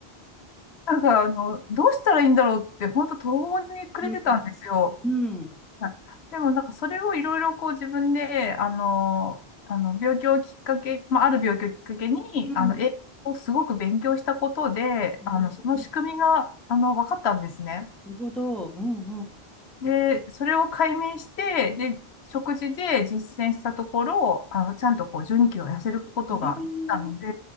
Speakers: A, on the left (about 80°); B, in the centre.
A: んかあの、どうしたらいいんだろうって、本当途方に暮れてたんですよ。
B: うん。うん
A: はいでも、なんかそれをいろいろこう自分で、あの、あの病気をきっかけ、まあ、ある病気をきっかけに、
B: うん。
A: あの、栄養をすごく勉強したことで、
B: ええな
A: あの、その仕組みが、あの、分かったんですね。
B: るほど。うんうん。
A: で、それを解明して、で、食事で実践したところ、あの、ちゃんとこう12キロ痩せることができたので、
B: ええす